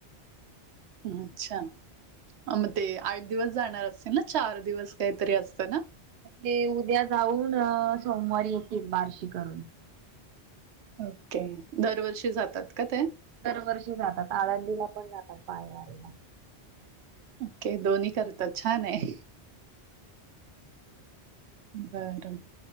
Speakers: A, on the right; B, on the right.
A: अच्छा मग ते आठ दिवस जाणार असतील ना चार दिवस काहीतरी असत ना
B: ते उद्या जाऊन सोमवारी येतील बार्शी करून
A: ओके दरवर्षी जातात का ते
B: दरवर्षी जातात आळंदीला पण जातात पायवारीला
A: ओके दोन्ही करतात छान आहे बरं